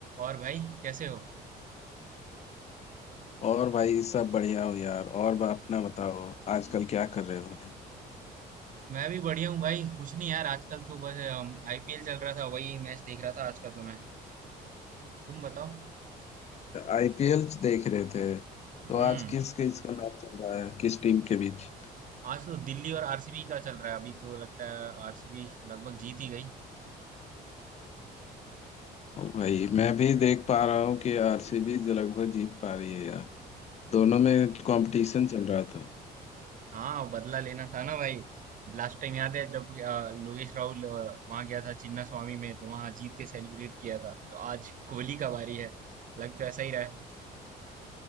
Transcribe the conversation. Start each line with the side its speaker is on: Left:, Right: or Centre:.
Right: और भाई कैसे हो
Left: और भाई सब बढ़िया हो यार और बा- अपना बताओ आजकल क्या कर रहे हो
Right: मैं भी बढ़िया हूँ भाई कुछ नहीं यार आजकल तो बस आईपीएल चल रहा था वही मैच देख रहा था आज का तो मैं तुम बताओ
Left: आईपीएल देख रहे थे तो
Right: हम्म
Left: आज किस किस का मैच चल रहा है किस टीम के बीच
Right: आज तो दिल्ली और आरसीबी का चल रहा है अभी तो लगता है आरसीबी लगभग जीत ही गई
Left: ओ भाई मैं भी देख पा रहा हूँ कि आरसीबी लगभग जीत पा रही है यार दोनों में कंपटीशन चल रहा था
Right: हाँ बदला लेना था ना भाई लास्ट टाइम याद है जब अ, लोकेश राहुल अ, वहां गया था चिन्ना स्वामी में तो वहां जीत के सेलिब्रेट किया था तो आज कोहली का बारी है लग तो ऐसा ही रहा है